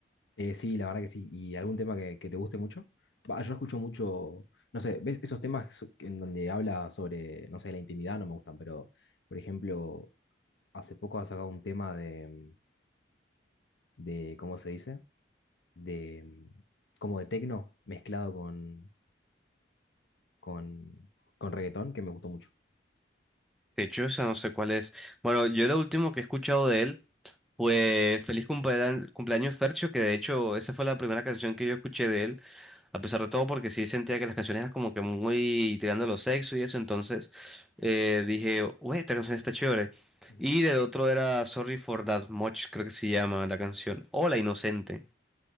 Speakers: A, on the left; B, in the centre.
A: Eh, sí, la verdad que sí. ¿Y algún tema que, que te guste mucho? Va, yo escucho mucho, no sé, ¿ves esos temas so- en donde habla sobre, no sé, la intimidad? No me gustan, pero, por ejemplo, hace poco ha sacado un tema de, de ¿cómo se dice? De, como de tecno mezclado con, con, con reggaetón, que me gustó mucho.
B: De hecho, o sea, no sé cuál es. Bueno, yo lo último que he escuchado de él. Pues feliz cumpleaños, cumpleaños Fercho, que de hecho esa fue la primera canción que yo escuché de él, a pesar de todo, porque sí sentía que las canciones eran como que muy tirando a lo sexo y eso, entonces eh, dije, uy, esta canción está chévere.
A: Ujú.
B: Y del otro era Sorry for That Much, creo que se llama la canción, o La Inocente.